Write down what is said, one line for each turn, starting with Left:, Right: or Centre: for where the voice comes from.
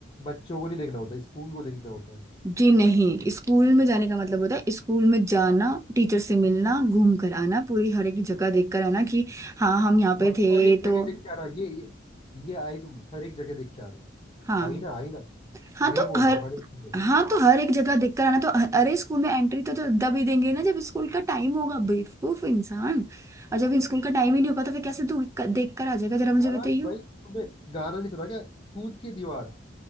Left: बच्चों को नहीं देखना होता स्कूल को देखना होता है
Right: जी नहीं स्कूल में जाने का मतलब होता है स्कूल में जाना टीचर से मिलना घूम कर आना पूरी हर एक जगह देख कर आना कि हाँ हम यहाँ
Left: हाँ
Right: पे
Left: तो
Right: थे
Left: हर एक
Right: तो
Left: जगह देख के आना ये ये ये आई तुम हर एक जगह देख के आना
Right: हाँ
Left: आई ना आई ना
Right: हाँ
Left: वही
Right: तो
Left: बोल
Right: हर
Left: रहा हूँ हर एक जगह।
Right: हाँ तो हर एक जगह देख कर आना तो अरे स्कूल में एंट्री तो, तो तब ही देंगे ना जब स्कूल का टाइम होगा बेवकूफ इंसान और जब स्कूल का टाइम ही नहीं होगा तो फिर कैसे तू देख कर आ जाएगा जरा मुझे
Left: यार
Right: बताइयो
Left: भाई तुम्हें गाना नहीं सुना क्या कूद के दीवार